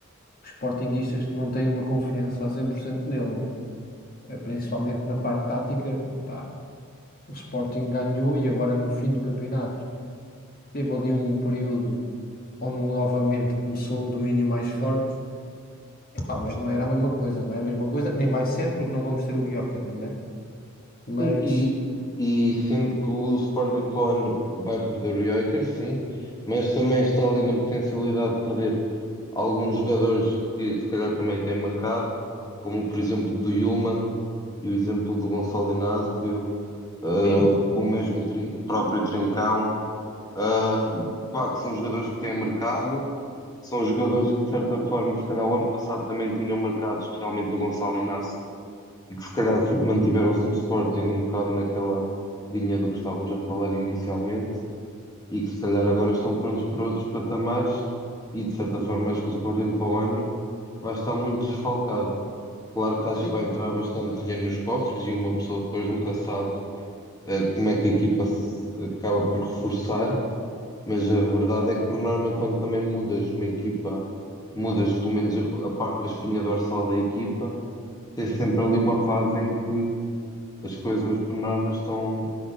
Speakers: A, on the left; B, on the left.
A: os sportinguistas não têm uma confiança a 100% nele, não é? Eh, Principalmente na parte tática, pá, o Sporting ganhou e agora no fim do campeonato teve ali um período onde novamente começou um domínio mais forte Pá, mas não era a mesma coisa, não é a mesma coisa, nem vai ser porque não vamos ter o Gyökeres, né? Mas
B: Sim, e, e sendo que o Sporting para o ano vai perder o Joker, sim, mas também está ali na potencialidade de perder alguns jogadores que se calhar também têm marcado, como por exemplo do Yulman e o exemplo do Gonçalo Inácio, ah,
A: sim,
B: o mesmo Trin- o próprio Trincão. Ah, pá, que são jogadores que têm mercado, são jogadores que, de certa forma, se calhar o ano passado também tinham mercado, especialmente o Gonçalo Inácio, e que se calhar fi- mantiveram-se no Sporting um bocado naquela linha do que estávamos a falar inicialmente, e que se calhar agora estão prontos para outros patamares, e de certa forma acho que o Sporting para o ano vai estar muito desfalcado. Claro que acho
A: sim,
B: que vai entrar bastante dinheiro nos cofres, e uma pessoa depois nunca sabe, eh, como é que a equipa se acaba por reforçar. Mas a verdade é que, por norma, quando também mudas uma equipa, mudas pelo menos a, pa- a espinha dorsal da equipa, tens sempre ali uma fase em que as coisas, por norma, estão